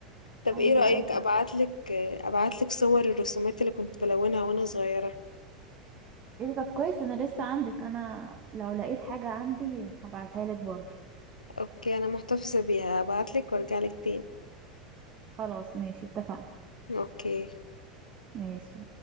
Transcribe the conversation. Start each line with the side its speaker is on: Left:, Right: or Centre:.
Left: طب
Right: ايوه
Left: ايه رأيك
Right: ايوه
Left: ابعتلك آه، ابعتلك صور الرسومات اللي كنت بلونها وانا صغيرة
Right: ايه ده طب كويس انا لسه عندك انا لو لقيت حاجة عندي هبعتها لك برضو
Left: اوكي انا محتفظة بيها ابعتلك وارجعلك تاني
Right: خلاص ماشي اتفقنا
Left: اوكي
Right: ماشي